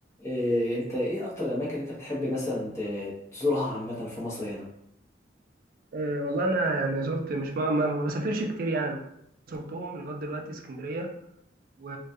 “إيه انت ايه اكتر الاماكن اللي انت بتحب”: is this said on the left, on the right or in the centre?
Left